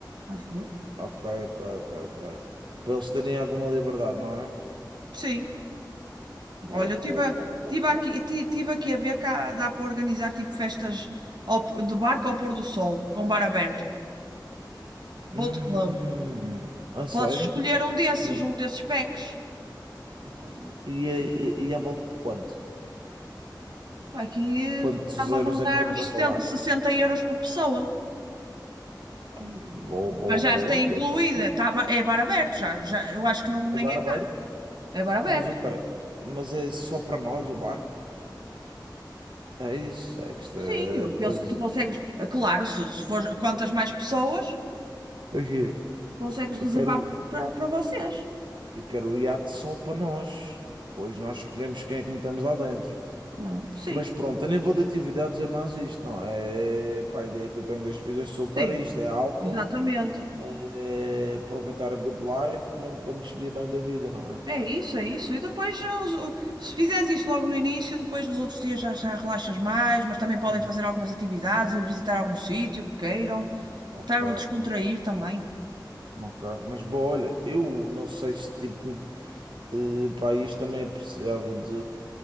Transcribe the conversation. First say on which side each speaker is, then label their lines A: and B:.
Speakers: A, on the right; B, on the right.
A: acho eu.
B: ok, ok, ok, ok. Para eles terem alguma liberdade, não é?
A: Sim,
B: Boa,
A: olha, eu
B: boa,
A: estive a-
B: boa, boa.
A: tive aqui, ti- tive aqui a ver que há- dá para organizar tipo festas ao p- de barco ao pôr do sol, com bar aberto, boat
B: Hum,
A: club.
B: a sério?
A: Podes escolher um desses,
B: Hum,
A: um desses packs. Ah, de-
B: E, e, e à volta de quanto?
A: pá, Aqui
B: Quantos
A: está-me
B: euros
A: a rondar
B: é que estamos
A: os
B: a falar?
A: 60, 60 euros por pessoa.
B: Ai, boa, boa,
A: Mas
B: boa.
A: já está
B: Ui,
A: incluída,
B: Então,
A: tá, ba- é bar aberto, já, já, eu acho que não, nem
B: é bar
A: é
B: aberto?
A: caro, é bar aberto.
B: Mas o quê? Mas é só para nós o barco? É isso, é que está.
A: Sim, eu penso
B: Pois,
A: que tu consegues. ah, Claro, se, se for quantas mais pessoas,
B: pois é,
A: consegues reservar
B: eu quero,
A: para para vocês.
B: eu quero o iate só para nós. Pois nós escolhemos quem é que metemos lá dentro.
A: Ah, sim,
B: Mas pronto, a nível de atividades é mais isto, não é? É, Pá, a ideia que eu tenho das pesquisas de soltar
A: sim,
B: é isto: é álcool,
A: exatamente.
B: é aproveitar a good life, mesmo para me despedir bem da vida, não é?
A: É isso, é isso. E depois, ah, os- o- se fizeres isso logo no início, depois nos outros dias já, já relaxas mais, mas também podem
B: Não.
A: fazer algumas atividades, ir visitar algum sítio que queiram,
B: Ok,
A: estar a descontrair também.
B: ok. Mas, bom, olha, eu não sei se tipo. Eh, pá, isto também eu precisava de,